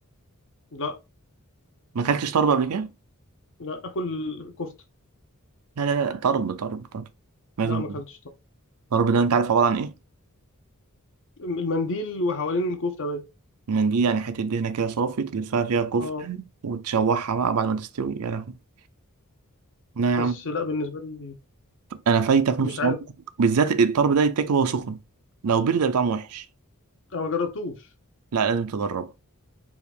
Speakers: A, on the left; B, on the right.
A: لا
B: ما اكلتش طرب قبل كده
A: لا اكل كفته
B: لا لا لا طرب طرب طرب لازم
A: لا ما اكلتش
B: الطرب ده انت عارف عباره عن ايه
A: المنديل وحوالين الكوفته باين
B: منديل يعني حته دهنه كده صافي تلفها فيها كفته
A: اه
B: وتشوحها بقى بعد ما تستوي يا لهوي لا يا
A: بس
B: عم
A: لا بالنسبه لي
B: انا فايتك نص
A: مش عارف
B: عمرك بالذات الطرب ده يتاكل وهو سخن لو برد هيبقى طعمه وحش
A: انا ما جربتوش
B: لا لازم تجربه